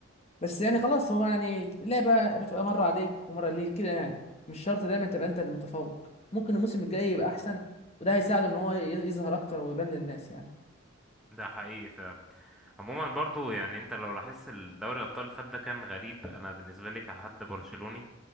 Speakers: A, on the left; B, in the centre.
A: بس يعني خلاص هو يعني اللعبه بتبقى مره عليك ومره ليك كده يعني مش شرط دايما تبقى انت المتفوق ممكن الموسم الجاي يبقى احسن وده هيساعده ان هو ي- يظهر اكتر ويبان للناس يعني
B: ده حقيقي فعلا عموما برضو يعني انت لو لاحظت الدوري الابطال اللي فات ده كان غريب انا بالنسبة لي كحد برشلوني